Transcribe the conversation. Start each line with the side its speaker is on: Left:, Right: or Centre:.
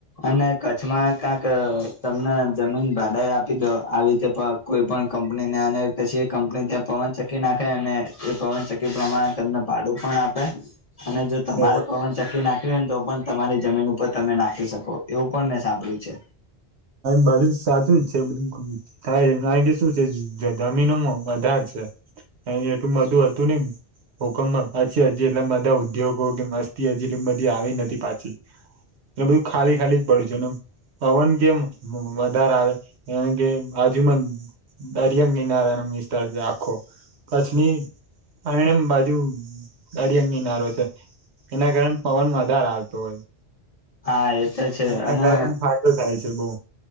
Left: અને કચ્છમાં ક્યાંક તમને જમીન ભાડા એ આપી દો આવી રીતે કોઈ પણ કંપનીને અને પછી કંપની પવન ચકી નાખે અને એ પવનચક્કી પ્રમાણે તમને આપે અને જો તમારે
Right: હોવે.
Left: પવન ચક્કી નાખ તો પણ તમારી જમીન ઉપર તમે નાખી શકો એવું પણ મેં સાંભળ્યું છે
Right: બધું સાચું જ છે બધું થાય છે કે શું છે જમીનોમાં વધાર છે અ એટું બધું હતું ને હુકમમાં પછી હજી એટલા બધા ઉદ્યોગો કે વસ્તી હજી એટલી બધી આવી નથી પાછી એટલે બધું ખાલી ખાલી જ પડ્યું છે નેમ પવન કેમ વધારે આવે એ કે હજુમાં દરિયા કિનારાય ન વિસ્તાર છે આખો કચ્છની પરણમ બાજુ દરિયાં‌ કિનારો છે. એના કારણે પવન વધારે આવતો હોય
Left: હા એ તો છે
Right: મહેનત
Left: અને
Right: કરવા એમ ફાયદો થાય છે બઉ